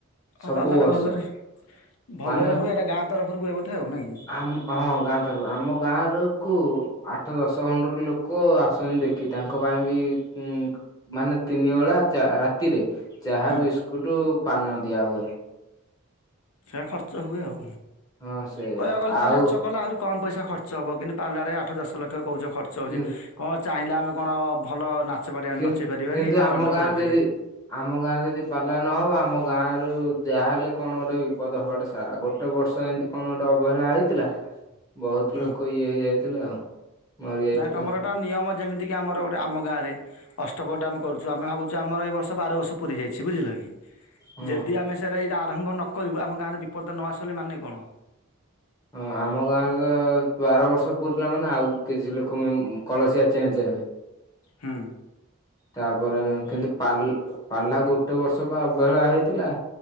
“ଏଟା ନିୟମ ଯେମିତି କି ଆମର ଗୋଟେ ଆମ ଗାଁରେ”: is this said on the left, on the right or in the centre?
Left